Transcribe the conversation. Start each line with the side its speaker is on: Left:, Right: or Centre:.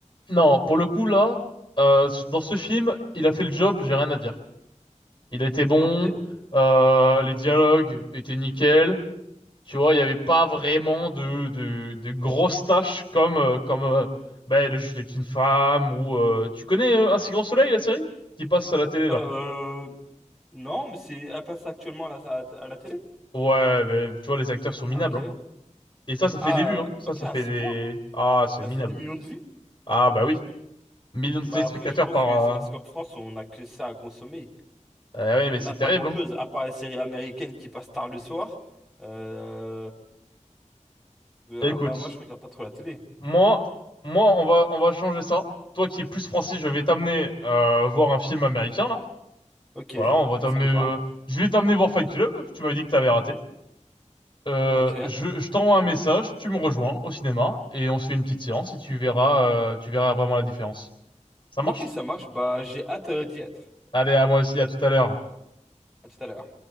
Left: Non, pour le coup, là, euh, dans ce film, il a fait le job, j'ai rien à dire. Il a été bon,
Centre: Ok.
Left: euh, les dialogues étaient nickel, Tu vois, il n'y avait pas vraiment de, de, de grosses tâches comme, euh, comme euh, ben, le juge est une femme ou... euh, tu connais euh, Un si Grand Soleil, la série? Qui passe à la télé, là.
Centre: Euh, non, mais c'est, elle passe actuellement à la, à la télé?
Left: Ouais, ben, tu vois, les acteurs sont minables,
Centre: Ah, ok.
Left: hein. Et ça, ça
Centre: Ah,
Left: fait des vues, hein. Ça,
Centre: ok,
Left: ça
Centre: à
Left: fait
Centre: ce
Left: des...
Centre: point.
Left: Ah, c'est
Centre: Elle
Left: minable.
Centre: fait des millions de vues?
Left: Ah, bah oui. Millions de
Centre: Bah
Left: téléspectateurs
Centre: après, je pense
Left: par...
Centre: que c'est parce
Left: Euh...
Centre: qu'en France, on n'a que ça à consommer.
Left: eh oui, mais
Centre: On
Left: c'est
Centre: n'a
Left: terrible,
Centre: pas grand-chose,
Left: hein.
Centre: à part les séries américaines qui passent tard le soir. Euh, Euh,
Left: Écoute,
Centre: bah moi je regarde pas trop la télé.
Left: moi, moi, on va, on va changer ça. Toi qui es plus français, je vais t'amener euh, voir un film américain, là.
Centre: Ok,
Left: Voilà, on va t'amener...
Centre: ça me
Left: euh,
Centre: va.
Left: Je vais t'amener voir Fight Club. Tu m'avais dit que t'avais raté. Euh,
Centre: Ok.
Left: je, je t'envoie un message, tu me rejoins au cinéma et on se fait une petite séance et tu verras, euh, tu verras vraiment la différence. Ça marche?
Centre: Ok, ça marche. Bah j'ai hâte euh, d'y être.
Left: Allez, à moi aussi, à tout à l'heure.
Centre: À tout à l'heure.